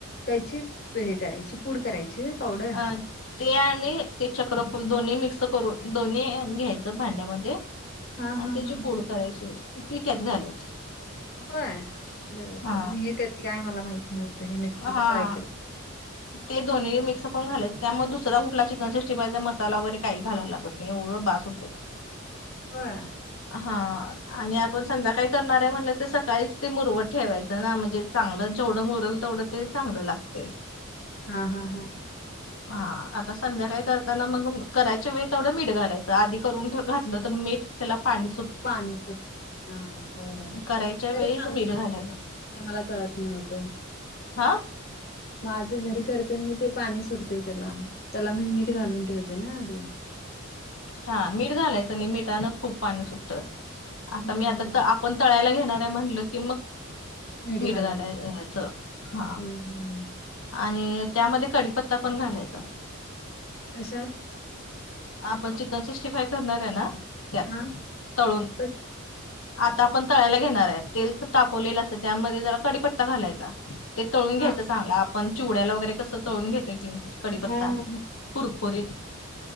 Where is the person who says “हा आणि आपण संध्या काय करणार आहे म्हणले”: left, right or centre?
Left